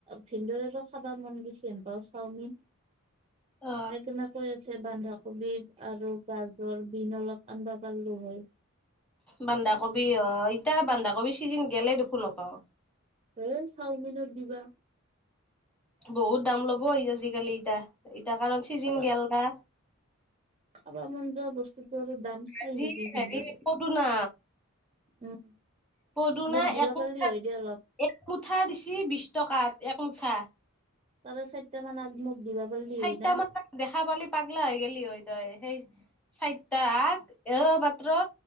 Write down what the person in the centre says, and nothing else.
অ
বানধাকবি অ ইতা বানধাকবি চিজিন গেলে দেখোন নপাও।
বহুত দাম ল'ব আজিকালি ইতা, ইতা কাৰণ চিজিন
গেল না।
আজি
হেৰি
পদুনা
পদুনা
একমূঠা
একমুঠা দিছে বিশ টকাত একম ঠা।
চাৰিটা
মান দেখা পালি পাগলা হৈ গেলি হয় তই সেই চাৰিটা এ মাত্ৰ